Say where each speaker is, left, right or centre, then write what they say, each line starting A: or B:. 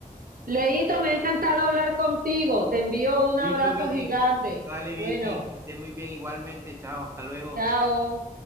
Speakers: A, on the right; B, on the right.
A: Leito, me ha encantado hablar contigo. Te envío un
B: Listo,
A: abrazo
B: Vicky.
A: gigante.
B: Dale, Vicky.
A: Bueno,
B: Que esté muy bien igualmente. Chao, hasta luego.
A: chao.